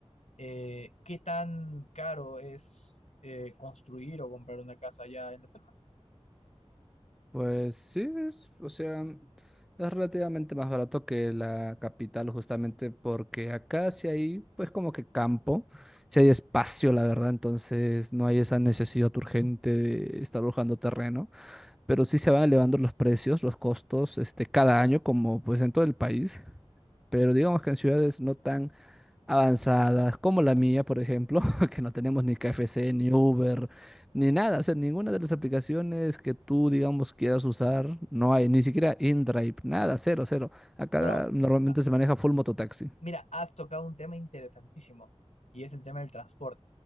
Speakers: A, on the left (about 85°); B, in the centre.
A: eh, ¿qué tan caro es eh, construir o comprar una casa allá en la selva?
B: Pues sí, es, o sea, es relativamente más barato que la capital, justamente porque acá sí hay, pues como que campo, sí hay espacio, la verdad, entonces no hay esa necesidad urgente de estar buscando terreno, pero sí se van elevando los precios, los costos, este, cada año, como pues en todo el país, pero digamos que en ciudades no tan avanzadas, como la mía, por ejemplo, <laughs> que no tenemos ni KFC, ni Uber, ni nada, o sea, ninguna de las aplicaciones que tú, digamos, quieras usar, no hay, ni siquiera InDrive, nada, cero, cero. Acá
A: Pero,
B: normalmente
A: ah,
B: se maneja full mototaxi.
A: mira, has tocado un tema interesantísimo, y es el tema del transporte.